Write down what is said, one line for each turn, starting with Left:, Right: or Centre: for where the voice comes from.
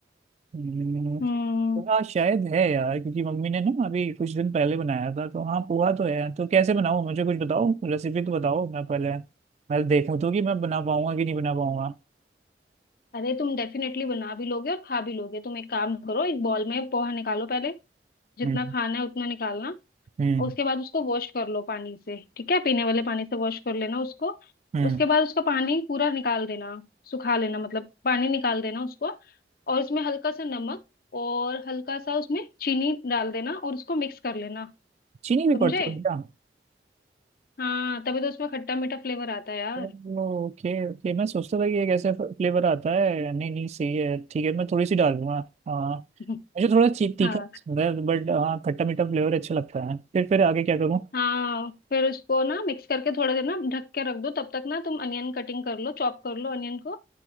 Right: हम्म,
Left: हम्म
Right: हाँ शायद है यार क्योंकि मम्मी ने ना अभी कुछ दिन पहले बनाया था तो हाँ पोहा तो है तो कैसे बनाऊँ मुझे कुछ बताओ रेसिपी तो बताओ मैं पहले मैं देखूँ तो कि मैं बना पाऊंगा कि नहीं बना पाऊंगा
Left: अरे तुम डेफिनेटली बना भी लोगे और खा भी लोगे तुम एक काम करो एक बॉल में पोहा निकालो पहले जितना
Right: हम्म
Left: खाना है उतना निकालना
Right: हम्म
Left: उसके बाद उसको वॉश कर लो पानी से ठीक है पीने वाले पानी से वॉश कर लेना उसको
Right: हम्म
Left: उसके बाद उसका पानी पूरा निकाल देना सुखा लेना मतलब पानी निकाल देना उसको और उसमें हल्का सा नमक और हल्का सा उसमें चीनी डाल देना और उसको मिक्स कर लेना
Right: चीनी भी पड़ती
Left: समझे
Right: है क्या
Left: हाँ तभी तो उसमें खट्टा मीठा फ्लेवर आता है यार
Right: ओके ओके मैं सोचता था कि ये कैसे फ्लेवर आता है नहीं नहीं सही है ठीक है मैं थोड़ी सी डालूंगा हाँ
Left: <laughs>
Right: मुझे थोड़ा ची- तीखा
Left: हाँ
Right: पसंद है बट हाँ खट्टा मीठा फ्लेवर अच्छा लगता है फिर फिर आगे क्या करूँ
Left: हाँ फिर उसको ना मिक्स करके थोड़ा देर ना ढक के रख दो तब तक ना तुम अनियन कटिंग कर लो चॉप कर लो अनियन को